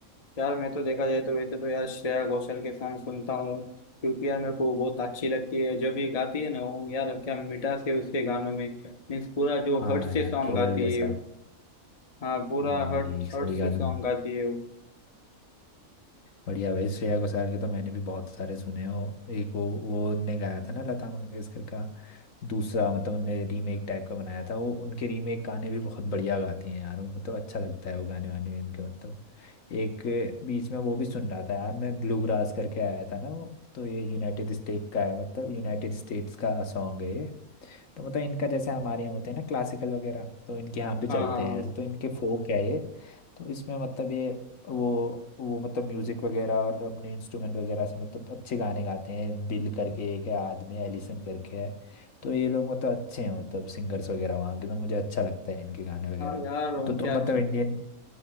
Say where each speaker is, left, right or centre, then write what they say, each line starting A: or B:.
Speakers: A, on the left; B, on the left.
A: यार मैं तो देखा जाए तो वैसे तो यार श्रेया घोषाल के सॉन्ग सुनता हूँ क्योंकि यार मेरे को बहुत अच्छी लगती है जब ये गाती है ना वो यार क्या मिठास है उसके गानों में मीन्स पूरा जो
B: हाँ
A: हर्ट
B: यार
A: से सॉन्ग
B: कोयल
A: गाती
B: जैसा
A: है हाँ पूरा
B: हाँ
A: हर्ट
B: भाई सही
A: हर्ट से
B: गा
A: सॉन्ग
B: तुम
A: गाती है वो
B: बढ़िया भाई श्रेया घोषाल के तो मैंने भी बहुत सारे सुने हो एक वो वो उनने गाया था ना लता मंगेशकर का दूसरा मतलब उनने रीमेक टाइप का बनाया था वो उनके रीमेक गाने भी बहुत बढ़िया गाती हैं यार वो मतलब अच्छा लगता है वो गाने वाने उनके मतलब एक बीच में वो भी सुन रहा था यार मैं ब्लू ग्रास करके आया था ना वो तो ये यूनाइटेड स्टेट का है मतलब यूनाइटेड स्टेट्स का सॉन्ग है ये तो मतलब इनका जैसे हमारे यहाँ होते हैं ना क्लासिकल वगैरह तो इनके यहाँ भी चलते
A: हाँ हाँ
B: हैं
A: हाँ
B: ऐसे तो इनके फोक है ये तो इसमें मतलब ये वो वो मतलब म्यूजिक वगैरह और अपने इंस्ट्रूमेंट वगैरह से मतलब अच्छे गाने गाते हैं बिल करके एक है आदमी एलिसन करके है तो ये लोग मतलब अच्छे हैं मतलब सिंगर्स वगैरह वहाँ के तो मुझे अच्छा लगता है इनके गाने वगैरह
A: हाँ यार उनके
B: तो तुम
A: अच्छे
B: मतलब इंडियन